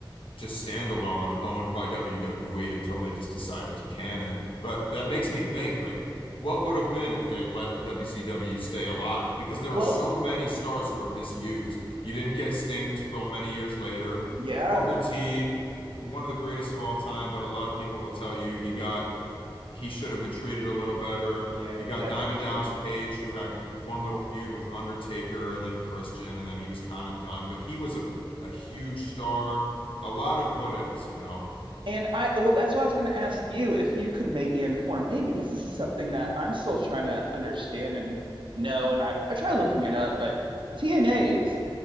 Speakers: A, on the left; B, on the right.
A: just standalone, owned by WWE until they just decided to can it. But that makes me think like what would have been if they let WCW stay alive? Because there
B: well,
A: were so many stars who were misused. You didn't get Sting till many years later.
B: yeah,
A: Booker T, one of the greatest of all time, but a lot of people will tell you he got he should have been treated a little better.
B: yeah,
A: You
B: he
A: got
B: definitely
A: Diamond
B: treated
A: Dallas
B: Miss.
A: Page, who had one little feud with Undertaker and then Christian, and then he was kind of done, but he was a, a huge star. A lot of what ifs, you know?
B: And I well, that's why I was going to ask you if you could maybe inform me because this is something that I'm still trying to understand and know, and I I try looking it up, but TNA is